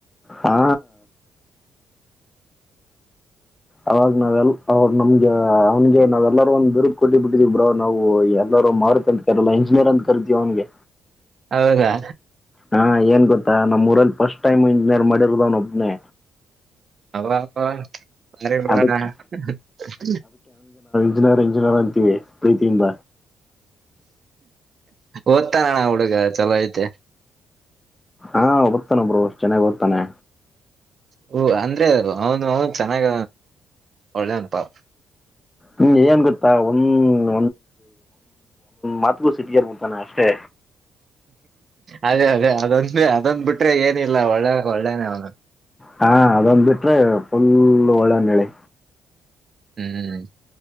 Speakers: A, on the left; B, on the right.
A: ಹಾ ಅವಾಗ ನಾವೆಲ್ ಅವ್ರು ನಮ್ಗೆ ಅವನ್ಗೆ ನಾವೇಲ್ಲಾರೂ ಒಂದ ಬಿರುದು ಕೊಟ್ಟಿ ಬಿಟ್ಟಿದವಿ ಬ್ರೋ ನಾವು ಎಲ್ಲರು ಮಾರುತಿ ಅಂತ ಕರಿಯಲ್ಲ ಇಂಜಿನಿಯರ್ ಅಂತ ಕರಿತೀವಿ ಅವನ್ಗೆ
B: ಹೌದಾ
A: ಹಾ ಏನ್ ಗೊತ್ತಾ ನಮ್ಮ್ರಲ್ಲಿ ಫಸ್ಟ್ ಟೈಮ್ ಇಂಜಿನಿಯರ್ ಮಾಡಿರದ ಅವ್ನೊಬ್ನನೆ
B: <unintelligible>
A: ಅದಕ್ಕೆ ಇಂಜಿನಿಯರಿಂಗ್ ಇಂಜಿನಿಯರಿಂಗ್ ಅಂತೀವಿ ಪ್ರೀತಿಯಿಂದ
B: ಓದ್ತಾನ ಅಣ್ಣ ಹುಡ್ಗ ಚಲೋ ಐತೆ
A: ಹಾ ಓದ್ತಾನೆ ಬ್ರೋ ಚೆನ್ನಾಗ್ ಓದ್ತಾನೆ
B: ಹೂ ಅಂದ್ರೆ ಅವನು ಅವ ಚೆನ್ನಾಗ ಒಳ್ಳೆವನಪಾ
A: ಹ್ಮ್ ಏನ್ ಗೊತ್ತಾ <unintelligible> ಒಂದೊಂದ್ ಮಾತ್ಗೂ ಸಿಟಿಗೆಲ್ಬಡ್ತಾನೆ ಅಷ್ಟೇ
B: ಅದೇ ಅದೇ ಅದೊಂದ ಅದೊಂದ ಬಿಟ್ರೆ ಏನಿಲ್ಲ ಒಳ್ಳೆ ಒಳ್ಳೇನೆ ಅವ್ನು
A: ಹಾ ಅದೊಂದ್ ಬಿಟ್ರೆ ಫುಲ್ ಒಳ್ಳೆಯವನು ಹೇಳಿ
B: ಹ್ಮ್